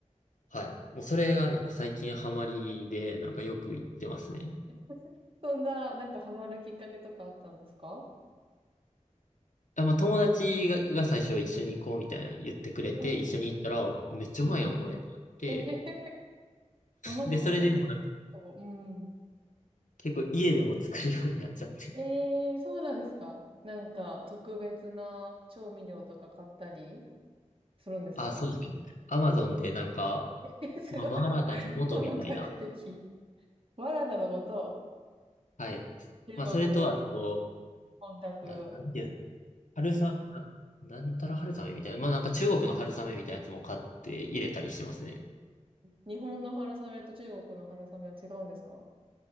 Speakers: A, on the left; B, on the right.
A: はい。もうそれがなんか最近ハマりで、なんかよく行ってますね。
B: え <laughs> そんな、なんかハマるきっかけとかあったんですか
A: あ、まあ、友達が、が最初一緒に行こうみたいな言ってくれて、
B: うんうん。
A: 一緒に行ったら、めっちゃうまいやん、
B: うんうん。
A: これってなって。
B: <laughs> あんま食べたことないかも。
A: で、それでもなんか
B: うん。
A: 結構家でも作るようになっちゃって。
B: ええそうなんですかなんか、特別な調味料とか買ったりするんですか
A: あ、そうですね。アマゾンでなんか、
B: えすごい。
A: まあ、マーラータンの元みたいな。
B: 本格的。マラダのもと、
A: はい。
B: 中国、
A: まあ、それとあと、
B: 本格。
A: な、なんていうの春さ、な、なんたら春雨みたいな。まあ、なんか中国の春雨みたいなやつも買って入れたりしてますね。
B: 日本の春雨と中国の春雨は違うんですか